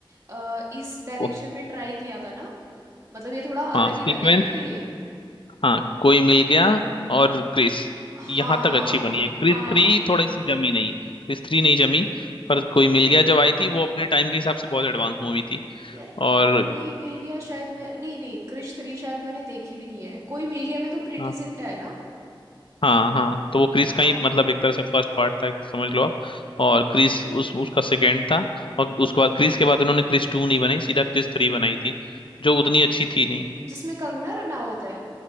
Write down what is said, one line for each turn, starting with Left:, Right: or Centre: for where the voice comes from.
Right: अ, इस डायरेक्शन
Left: को,
Right: में ट्राई किया था ना मतलब ये थोड़ा अलग
Left: हाँ सीक्वेंस
Right: ही था ना इनके लिए
Left: हाँ कोई मिल गया और क्रिस
Right: हाँ
Left: यहाँ तक अच्छी बनी है क्रिस
Right: हाँ
Left: थ्री थोड़ी सी जमी नहीं क्रिस थ्री नहीं जमी पर कोई मिल गया जब आई थी वो अपने टाइम के हिसाब से बहुत एडवांस मूवी थी
Right: यार
Left: और
Right: कोई मिल गया शायद मैं नहीं नहीं क्रिश थ्री शायद मैंने देखी भी नहीं है कोई मिल गया मैं तो प्रीटी
Left: हाँ
Right: जिंटा है ना
Left: हाँ हाँ तो वो क्रिस
Right: हाँ
Left: का ही मतलब एक तरह से फर्स्ट पार्ट था समझ लो आप और क्रिस उस उसका सेकंड था और उसके बाद क्रिस के बाद उन्होंने क्रिस टू नहीं बनाई सीधा क्रिस थ्री बनाई थी जो उतनी अच्छी थी नहीं
Right: जिसमें कंगना रनावत है